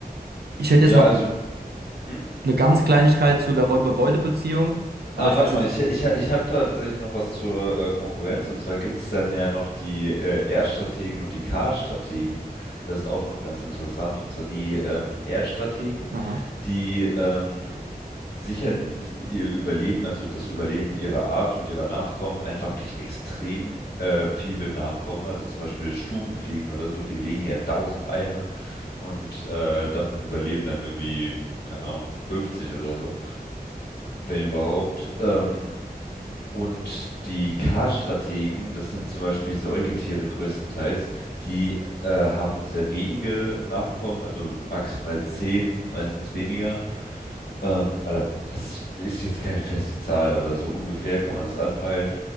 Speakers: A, on the right; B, on the left.
A: ich hätte
B: Ja,
A: jetzt noch
B: also Hm?
A: eine ganz Kleinigkeit zu der Räuber-Beute-Beziehung, aber
B: Ah,
A: ich
B: warte
A: weiß
B: mal,
A: jetzt.
B: ich, ich, ich habe da tatsächlich noch was zur äh, Konkurrenz. Und zwar gibt es dann ja noch die äh, R-Strategen und die K-Strategen. Das ist auch noch ganz interessant. Und zwar die ähm, R-Strategen,
A: Aha.
B: die ähm, sichern ihr Überleben, also das Überleben ihrer Art und ihrer Nachkommen, einfach durch extrem äh, viele Nachkommen, also zum Beispiel Stubenfliegen oder so, die legen ja tausend Eier und äh, davon überleben dann irgendwie, keine Ahnung, 50 oder so, wenn überhaupt. Ähm, Und die K-Strategen, das sind zum Beispiel Säugetiere größtenteils, die äh, haben sehr wenige Nachkommen, also maximal zehn, meistens weniger. Ähm, also das ist jetzt keine feste Zahl, aber so ungefähr kann man das anpeilen.